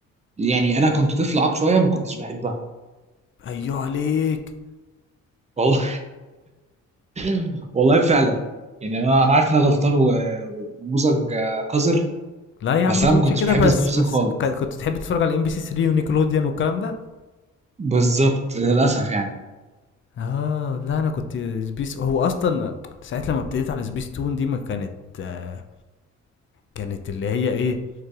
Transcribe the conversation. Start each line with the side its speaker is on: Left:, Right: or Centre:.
Right: يعني انا كنت طفل عاق شوية ما كنتش بحبها
Left: أيوه عليك
Right: والله <laughs> والله فعلا يعني انا انا عارف ان انا غلطان و- ونموذج آه، قذر
Left: لا يا عم
Right: بس
Left: ما
Right: انا
Left: تقولش
Right: ما كنتش
Left: كده
Right: بحب
Left: بس
Right: سبورتين
Left: بس
Right: خالص
Left: ك- كنت تحب تتفرج على ام بي سي 3 ونيكلوديان والكلام ده
Right: بالظبط للاسف يعني
Left: اه لا انا كنت سبيس هو اصلا ساعه لما ابتديت على سبيس تون دي ما كانت آه كانت اللي هي ايه